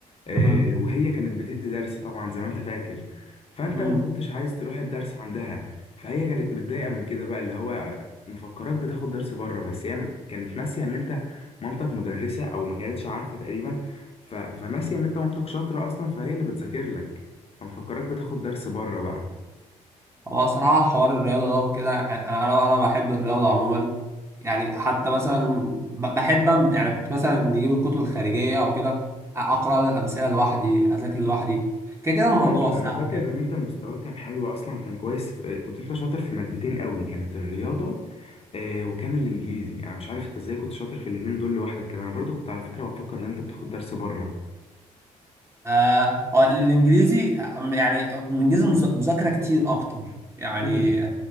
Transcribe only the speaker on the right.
مم.
مم.
هو صراحة حوار الرياضة ده وكده أنا أنا أنا بحب الرياضة عموما يعني حتى مثلا ب- بحب أم- يعني كنت مثلا نجيب الكتب الخارجية أو كده أقرأ الأمثلة لوحدي أذاكر لوحدي كده كده
الموضوع
سهل
يعني
آه هو الإنجليزي يعني الإنجليزي مذا- مذاكرة كتير أكتر يعني